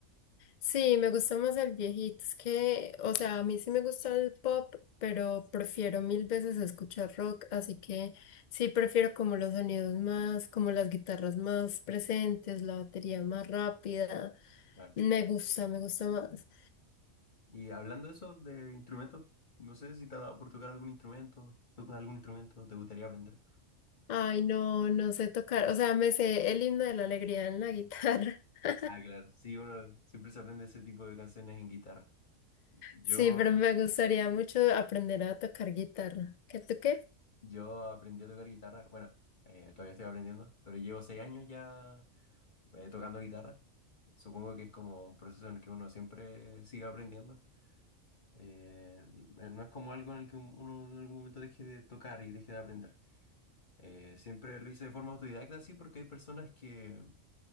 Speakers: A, on the left; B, on the left.
A: Sí, me gusta más el viejito. Es que, o sea, a mí sí me gusta el pop, pero prefiero mil veces escuchar rock, así que sí prefiero como los sonidos más, como las guitarras más presentes, la batería más rápida.
B: claro.
A: Me gusta, me gusta más.
B: Y hablando de eso, de instrumentos, no sé si te ha dado por tocar algún instrumento, tocas algún instrumento, te gustaría aprender.
A: Ay, no, no sé tocar. O sea, me sé el himno de la alegría en la guitarra. <laughs>
B: Ah, claro. Sí, uno siempre se aprende ese tipo de canciones en guitarra. Yo,
A: Sí, pero me gustaría mucho aprender a tocar guitarra. ¿Qué tú qué?
B: yo aprendí a tocar guitarra, bueno, eh, todavía estoy aprendiendo, pero llevo seis años ya eh, tocando guitarra. Supongo que es como un proceso en el que uno siempre sigue aprendiendo. Eh, n- no es como algo en el que un- uno en algún momento deje de tocar y deje de aprender. Eh, siempre lo hice de forma autodidacta, sí, porque hay personas que